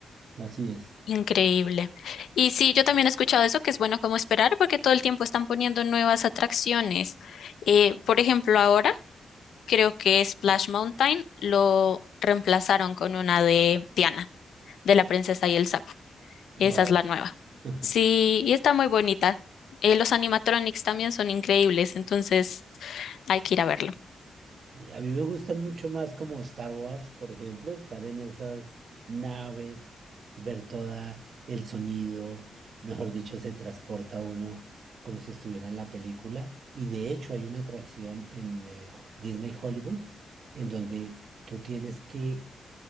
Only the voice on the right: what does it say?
así es.
Wow.
<laughs>
Y A mí me gustan mucho más como Star Wars, por ejemplo, estar en esas naves, ver toda el sonido, mejor dicho, se transporta uno como si estuviera en la película. Y de hecho hay una atracción en eh, Ho- Disney Hollywood en donde tú tienes que